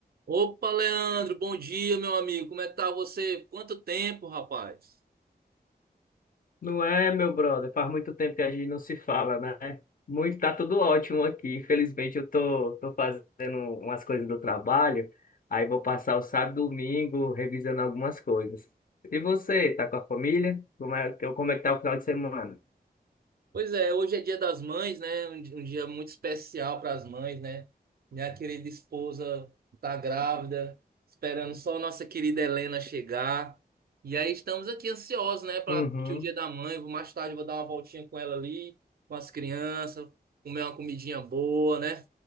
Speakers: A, on the right; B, on the left.
A: Opa, Leandro, bom dia, meu amigo. Como é que tá você? Quanto tempo, rapaz?
B: Não é, meu brother? Faz muito tempo que a gente não se fala, né? Muito, tá tudo ótimo aqui. Felizmente eu tô, tô fazendo umas coisas do trabalho. Aí vou passar o sábado e domingo revisando algumas coisas. E você, tá com a família? Como é, como é que tá o final de semana?
A: Pois é, hoje é Dia das Mães, né? Um, di- um dia muito especial para as mães, né? Minha querida esposa tá grávida, esperando só a nossa querida Helena chegar. E aí estamos aqui ansiosos, né, para
B: Uhum,
A: o Dia da Mãe. Vou mais tarde vou dar uma voltinha com ela ali, com as crianças, comer uma comidinha boa, né?